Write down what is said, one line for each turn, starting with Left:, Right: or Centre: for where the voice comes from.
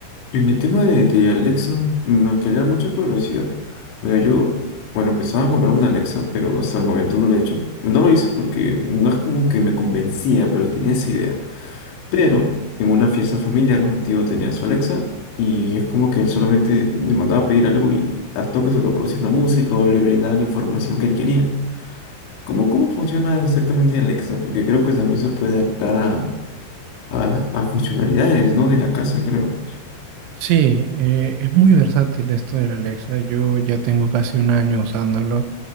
Left: En el tema de, de Alexa, me genera mucha curiosidad. Mira, yo, bueno, pensaba en comprar una Alexa, pero hasta el momento no lo he hecho. No lo hice porque no es como que me convencía, pero tenía esa idea. Pero en una fiesta familiar, un tío tenía su Alexa y es como que él solamente le mandaba a pedir algo y al toque se lo producía una música o le brindaba la información que él quería. ¿Cómo, cómo funciona exactamente Alexa? Porque creo que también se puede adaptar a, a, la- a funcionalidades, ¿no? De la casa, creo.
Right: Sí, eh, es muy versátil esto de la Alexa. Yo ya tengo casi un año usándolo, un